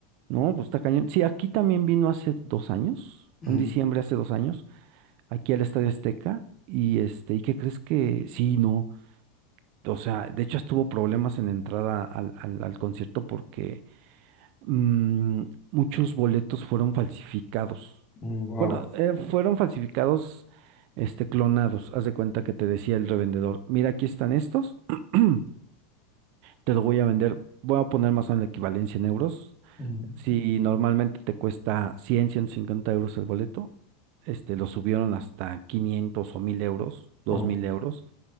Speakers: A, on the right; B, on the left.
A: No, pues está cañón. Sí, aquí también vino hace dos años,
B: Ujú,
A: en diciembre hace dos años, aquí al Estadio Azteca. Y este, ¿y qué crees que? Sí, no. O sea, de hecho estuvo problemas en la entrada al, al, al concierto porque mm, muchos boletos fueron falsificados.
B: ujú, Wow,
A: Bueno, eh, fueron falsificados, este, clonados. Haz de cuenta que te decía el revendedor, mira, aquí están estos, <clears throat> te lo voy a vender, voy a poner más o menos la equivalencia en euros.
B: ujú,
A: Si normalmente te cuesta cien ciento cincuenta euros el boleto, este, lo subieron hasta 500 o 1000 euros, dos
B: wow,
A: mil euros,